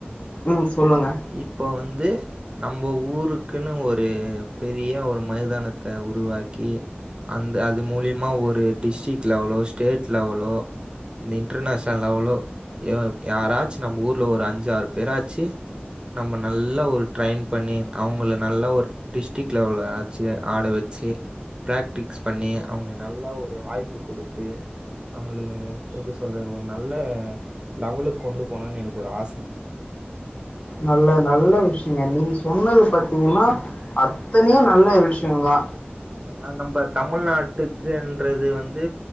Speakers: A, on the left (about 40°); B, on the right (about 25°).
A: ம் சொல்லுங்க
B: இப்ப வந்து நம்ம ஊர் இதுக்ன்னு ஒரு பெரிய ஒரு மைதானத்த உருவாக்கி அந்த அது மூலியமா ஒரு டிஸ்ட்ரிக் லெவலோ ஸ்டேட் லெவலோ இந்த இன்டர்நேஷ்னல் ப்ப லெவளோ யாராச்சு நம்ப ஊர்ல ஒரு அஞ்சு ஆறு பேராச்சு நம்ப நல்லா ஒரு ட்ரயின் பண்ணி அவுங்கல நல்ல ஒரு டிஸ்டிக் லெவலாச்சு ஆட வச்சு பிராக்டிக்ஸ் பண்ணி அவுங்கள நல்ல ஒரு வாய்ப்பு குடுத்து அவுங்களுக்கு எப்டி சொல்றது நல்ல ஒரு லெவலுக்கு கொண்டு போனும்ன்னனு எனக்கு ஒரு ஆசங்க
A: நல்ல நல்ல விஷயங்க நீ சொன்னது பாத்தீங்கன்னா அத் தன்னியா நல்ல ஒரு விஷ்யங்க வ
B: ம் நம்ம தமிழ்நாட்டுக்குன்றது வந்து